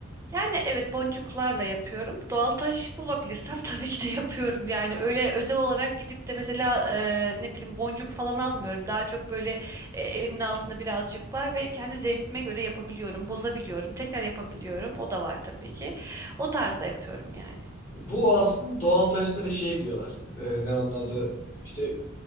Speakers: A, on the right; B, on the left.
A: Yani evet boncuklarla yapıyorum. Doğal taş bulabilirsem <laughs> tabii ki de yapıyorum. Yani öyle özel olarak gidip de mesela e, ne bileyim boncuk falan almıyorum. Daha çok böyle e, elimin altında birazcık var ve kendi zevkime göre yapabiliyorum, bozabiliyorum, tekrar yapabiliyorum. O da var tabii ki. O tarzda yapıyorum yani.
B: Bu aslında doğal taşlara şey diyorlar. Ee, ne onun adı? İşte